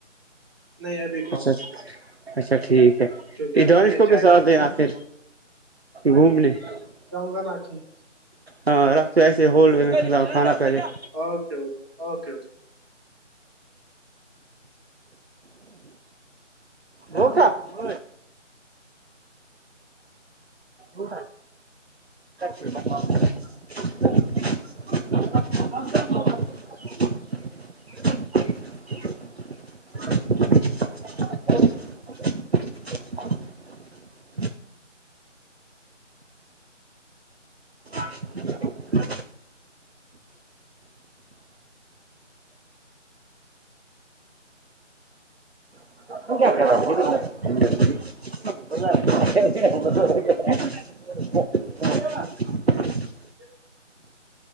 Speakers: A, on the right; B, on the right.
A: نہیں ابھی <unintelligible>
B: اچھاچ اچھا ٹھیک ہے
A: کیونکہ
B: یہ
A: ابھی
B: دانش
A: میں نے
B: کو بھی
A: چائے
B: ساتھ
A: پی
B: دینا
A: تھی نا
B: پھر گھومنے <unintelligible>
A: ناھی <unintelligible>
B: ہاں رکھ ایسے ہول و کھانا پہلے <unintelligible>
A: اوکے اوکے اوکے اوکے
B: ہو کا <unintelligible> ب <unintelligible> ہاں <unintelligible> <unintelligible> <inaudible> کیا کر رہا <unintelligible> <unintelligible>
A: <inaudible>